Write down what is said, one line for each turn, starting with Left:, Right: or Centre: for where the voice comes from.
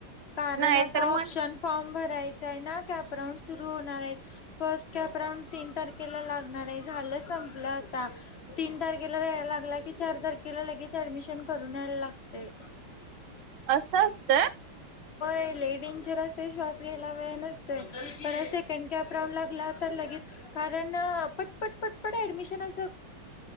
Left: कारण
Right: नाही
Left: आता
Right: तर मग
Left: ऑप्शन फॉर्म भरायचां आहे ना, कॅपराऊंड सुरू होणार आहे. फर्स्ट कॅपराऊंड तीन तारखेला लागणार आहे, झालं संपलं आता तीन तारखे तीन तारखेला लागला की चार तारखेला लगेच ऍडमिशन करून यायला लागते.
Right: असं असत.
Left: ते लय डेंजर असतय, श्वास घ्यायला वेळ नसतोय, परत सेकंड कॅप राऊंड लागला तर लगेच. कारण पटपट पटपट ऍडमिशन असं.